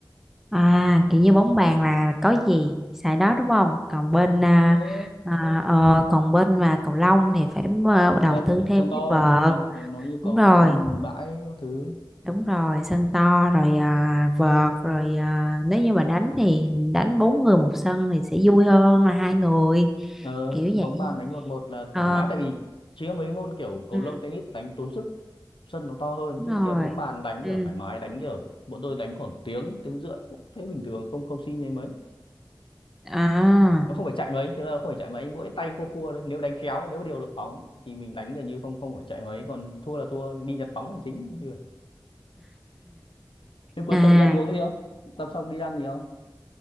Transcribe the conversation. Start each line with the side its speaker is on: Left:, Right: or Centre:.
Centre: À, kiểu như bóng bàn là có gì xài đó đúng không? Còn bên à,
Left: ờ,
Centre: à, ờ, còn bên mà cầu lông thì phải ờ, đầu
Left: sân
Centre: tư
Left: phải có
Centre: thêm
Left: sân to
Centre: cái vợt.
Left: tôi nói yêu cầu
Centre: Đúng rồi,
Left: về sân bãi các thứ
Centre: đúng rồi, sân to rồi à, vợt rồi à, nếu như mà đánh thì đánh bốn người một sân thì sẽ vui hơn là hai người
Left: Ờ,
Centre: kiểu
Left: chứ
Centre: vậy.
Left: bóng bàn đánh một một là
Centre: Ờ,
Left: thoải mái tại vì chỉ có mấy môn kiểu cầu
Centre: ừ,
Left: lông tennis đánh tốn sức sân nó to hơn
Centre: đúng
Left: chứ
Centre: rồi.
Left: kia bóng bàn đánh
Centre: Ừ.
Left: kiểu thoải mái đánh kiểu bọn tôi đánh khoảng tiếng tiếng rưỡi cũng thấy bình thường không không xin nhây mấy
Centre: À.
Left: nó không phải chạy mấy thực ra nó không phải chạy mấy mỗi tay khua khua thôi nếu đánh khéo nếu điều được bóng thì mình đánh gần như không không phải chạy mấy còn thua là thua đi nhặt bóng là chính như vậy. thế cuối
Centre: À
Left: tuần đi ăn uống gì không tập xong đi ăn gì không